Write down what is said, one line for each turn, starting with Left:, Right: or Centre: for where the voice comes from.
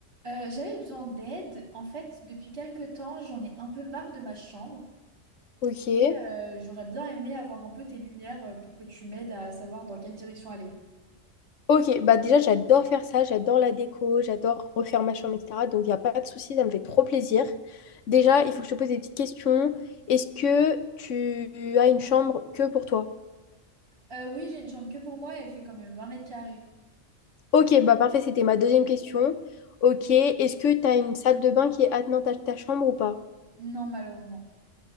Right: Euh, j'avais besoin d'aide. En fait, depuis quelque temps, j'en ai un peu marre de ma chambre
Left: Ok.
Right: et euh, j'aurais bien aimé avoir un peu tes lumières euh, pour que tu m'aides à savoir dans quelle direction aller.
Left: Ok, bah déjà j'adore faire ça, j'adore la déco, j'adore refaire ma chambre, etc. Donc il n'y a pas de souci, ça me fait trop plaisir. Déjà, il faut que je te pose des petites questions. Est-ce que tu as une chambre que pour toi?
Right: Euh, oui, j'ai une chambre que pour moi et elle fait quand même vingt mètres carrés.
Left: Ok, bah parfait, c'était ma deuxième question. Ok, est-ce que tu as une salle de bain qui est attenante à ta chambre ou pas?
Right: Non, malheureusement.